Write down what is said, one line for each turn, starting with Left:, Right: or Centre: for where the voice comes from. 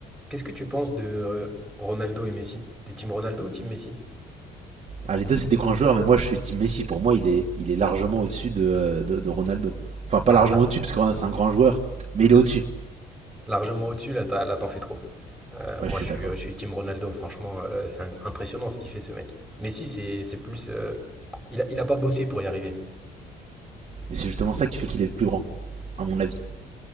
Centre: Qu'est-ce que tu penses de euh, Ronaldo et Messi? T'es team Ronaldo ou team Messi?
Right: Ah, les deux, c'est des grands joueurs, mais moi, je suis Team Messi. Pour moi, il est, il est largement au-dessus de, euh, de, de Ronaldo. Enfin, pas
Centre: Ah,
Right: largement
Centre: lar-
Right: au-dessus, parce que Ronaldo, c'est un grand joueur, mais il est au-dessus.
Centre: largement au-dessus, là, t'as- là, t'en fais trop. Euh, moi,
Right: Ouais, je suis
Centre: je suis,
Right: d'accord.
Centre: je suis team Ronaldo, franchement, euh, c'est un- impressionnant ce qu'il fait, ce mec. Messi, c'est, c'est plus... euh, il a, il a pas bossé pour y arriver.
Right: Mais c'est justement ça qui fait qu'il est plus grand, à mon avis.